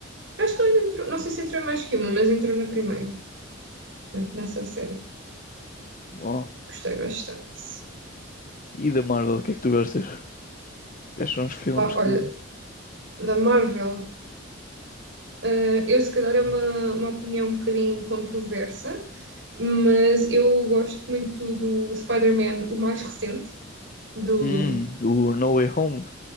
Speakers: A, on the right (about 65°); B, on the left (about 40°).
A: Acho que ele entrou, não sei se entrou em mais que uma, mas entrou na primeira, na- nessa série.
B: bom.
A: Gostei bastante.
B: E da Marvel, o que é que tu gostas? Quais são os filmes
A: Opa,
B: que.
A: olha, da Marvel, eh, eu se calhar é uma, uma opinião um bocadinho controversa, mas eu gosto muito do Spider-Man, o mais recente, do...
B: Hum, do No Way Home,